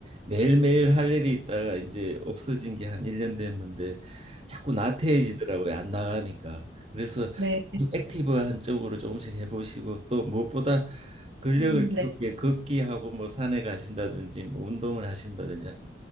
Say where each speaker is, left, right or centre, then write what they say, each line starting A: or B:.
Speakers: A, on the right; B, on the right.
A: 매일매일 할 일이 있다가 이제 없어진 게 한 1년 됐는데 자꾸 나태해지더라고요. 안 나가니까. 그래서 조금
B: 네.
A: 액티브한 쪽으로 조금씩 해보시고 또 무엇보다 근력을
B: 음,
A: 키우게
B: 네.
A: 걷기하고 뭐 산에 가신다든지 뭐 운동을 하신다든지 하는